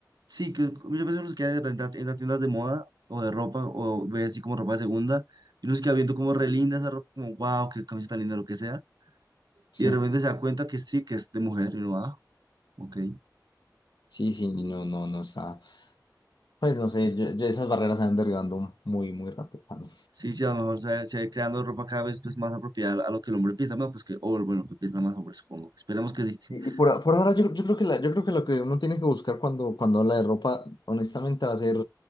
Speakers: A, on the right (about 65°); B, on the left (about 75°).
A: Sí, que muchas veces uno se queda en, en en las tiendas de moda o de ropa o ve así como ropa de segunda y uno se queda viendo como re linda esa ropa, como wow, qué camiseta linda, lo que sea,
B: Sí,
A: y de repente se da cuenta que sí, que es de mujer y uno, ah, ok.
B: sí, sí, no, no, no está. Pues no sé, yo- yo esas barreras se van derribando muy, muy rápido. mano.
A: Sí, sí, a lo mejor se, se va creando ropa cada vez pues, más apropiada a lo que el hombre piensa, bueno, pues que, o bueno, lo que piensa más hombre, supongo. Esperemos que sí. <laughs>
B: Y, y por, por ahora yo, yo creo que la, yo creo que lo que uno tiene que buscar cuando, cuando habla de ropa, honestamente, va a ser